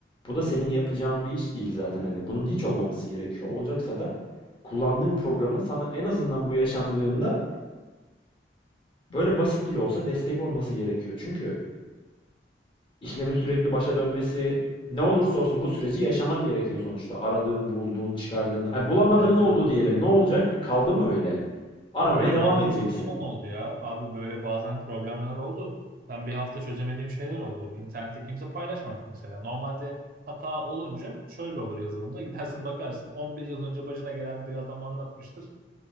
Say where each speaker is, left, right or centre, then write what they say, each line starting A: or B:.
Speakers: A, on the left; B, on the right.
A: bu da senin yapacağın bir iş değil zaten hani bunun hiç olmaması gerekiyor. Olacaksa da kullandığın programın sana en azından bu yaşandığında böyle basit bile olsa destek olması gerekiyor. Çünkü işlemin sürekli başa dönmesi ne olursa olsun bu süreci yaşaman gerekiyor sonuçta. Aradığın, bulduğun, çıkardığın, ay bulamadığın
B: Evet.
A: oldu diyelim. Ne olacak? Kaldı mı öyle? Aramaya
B: Öyle
A: devam
B: olan
A: edeceksin.
B: çok zaman oldu ya. Abi böyle bazen problemler oldu. Ben bir hafta çözemediğim şeyler oldu. İnternette kimse paylaşmamış mesela. Normalde hata olunca şöyle olur yazılımda. <laughs> Gidersin bakarsın 11 yıl önce başına gelen bir adam anlatmıştır.